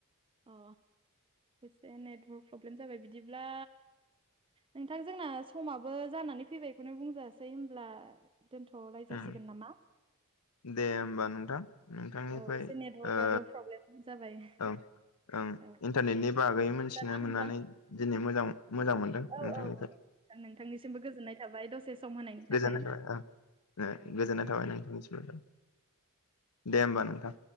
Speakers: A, on the right; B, on the left.
A: अ एसे नेटवर्क प्रब्लेम जाबाय बिदिब्ला नोंथां जोंना समाबो जानानै फैबायखौनो बुंजासै, होनब्ला दोनथ' लायजासिगोन
B: उम
A: नामा?
B: दे होमबा नोंथां। नोंथांनिफ्राय
A: औ एसे नेटवर्कआबो
B: ओ
A: प्रब्लेम जाबाय।
B: ओं ओं
A: औ
B: इन्टारनेटनि बागै मोनथिनो
A: ना नोंथां
B: मोननानै दिनै मोजां मोजां मोनदों
A: औ
B: नोंथांनिफ्राय।
A: औ नोंथांनिसिमबो गोजोननाय थाबाय दसे सम होनायनि थाखाय
B: गोजोननाय थाबाय ओं। ओ
A: औ
B: गोजोननाय थाबाय नोंथांनिसिमबो। दे होमबा नोंथां।